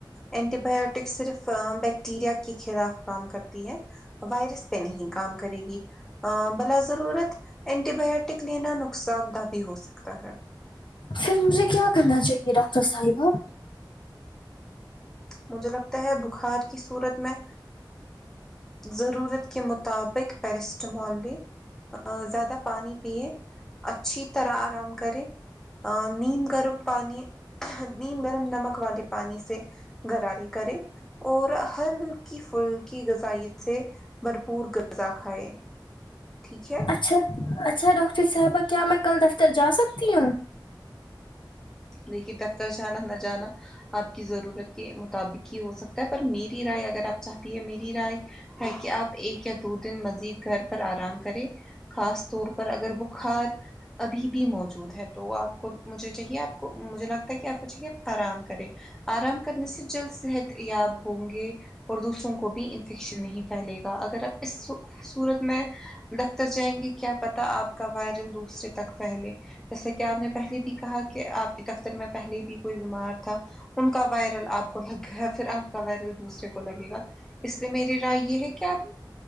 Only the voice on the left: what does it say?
پھر مجھے کیا کرنا چاہیے ڈاکٹر صاحبہ
اچھا اچھا ڈاکٹر صاحبہ کیا میں کل دفتر جا سکتی ہوں